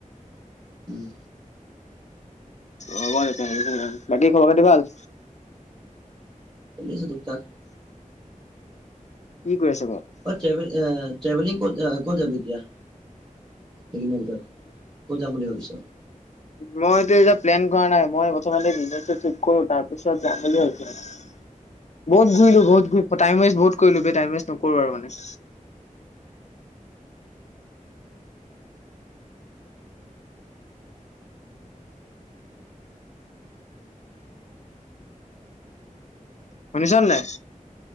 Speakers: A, on the right; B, on the left.
A: উম
B: হব তেতিয়া হলে বাকী খবৰ খাতি ভাল
A: থিক থাক
B: কি কৰি আছ
A: <unintelligible> ট্ৰেভেলিং ক'ত ক'ত যাব এতিয়া? এইকেইদিনৰ ভিতৰত ক'ত যাম বুলি ভাবিছ
B: মইত এটা প্লেন কৰা নাই মই প্ৰথমতে নিজকে ঠিক কৰো তাৰ পিছত যাম বুলি ভাবিছো মানে বহুত ঘূৰিলো বহুত টাইম ৱেষ্ট বহুত কৰিলো বে টাইম ৱেষ্ট নকৰো আৰু মানে শুনিছনে নাই?